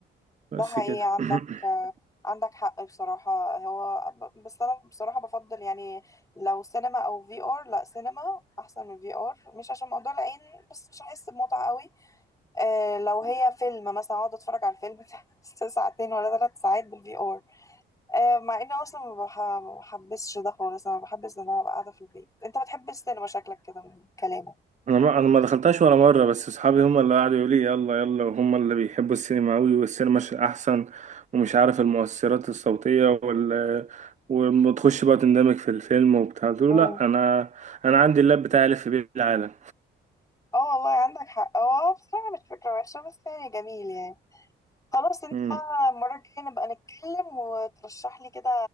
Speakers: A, on the left; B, on the right.
A: ده
B: بس
A: حقيقي
B: كده <clears throat>
A: عندك آه، عندك حق بصراحة هو ب- بس أنا بصراحة بفضل يعني لو سينما أو في ار لا سينما أحسن من في ار مش عشان موضوع العين بس مش هحس بمتعة قوي آه، لو هي فيلم مثلا اقعد اتفرج على الفيلم ده <laughs> ساعتين ولا ثلاث ساعات بالفي ار آه مع ان أنا اصلا ما بح- ما بحبسش ده خالص انا بحبس ان انا ابقى قاعده في البيت انت بتحب السينما شكلك كده من كلامك
B: انا ما انا ما دخلتهاش ولا مره بس اصحابي هم اللي قعدوا يقولوا لي يلا يلا وهم اللي بيحبوا السينما قوي والسينما ش- احسن ومش عارف المؤثرات الصوتيه وال وتخش بقى تندمج في الفيلم وبتاع قلت له
A: مم.
B: لا انا انا عندي اللاب بتاعي الف بيه العالم
A: اه والله عندك حق اه بصراحه مش فكره وحشه بس يعني جميل يعني خلاص انت
B: مم.
A: بقى المره الجايه نبقى نتكلم وترشح لي كده